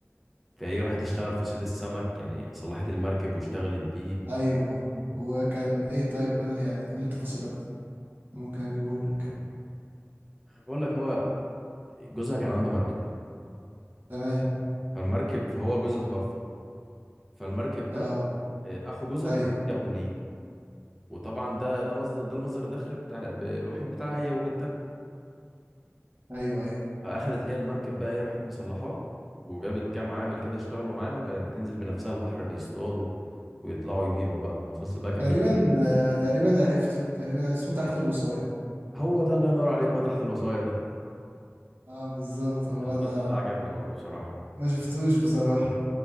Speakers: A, in the centre; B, on the right.
A: فهي راحت تشتغل في صيد السمك يعني صلحت المركب واشتغلت بيه
B: ايوه وكان ايه طيب قول لي يعني قول لي تفاصيل اكتر ممكن اجيبه لك
A: بقول لك هو جوزها كان عنده مركب
B: تمام
A: فالمركب فهو جوزها توفى فالمركب ده
B: اه
A: آه، اخو جوزها
B: ايوه
A: كان عايز ياخده ليه وطبعا ده ده مصدر ده المصدر الدخل بتاع ب- الوحيد بتاعها هي وبنتها
B: ايوه ايوه
A: فاخدت هي المركب بقى ايه راحت مصلحاه وجابت كام عامل كده اشتغلوا معاها وكانت بتنزل بنفسها البحر بيصطادوا ويطلعوا يبيعوا بقى المسلسل بقى كان
B: تقريبا
A: بيحكي
B: آه تقريبا عرفته تقريبا اسمه تحت الوصاية
A: هو ده الله ينور عليك هو تحت الوصاية ده
B: اه بالظبط هو
A: المسلسل
B: انا
A: ده عجبني برضه بصراحة
B: ما شفتوش بصراحة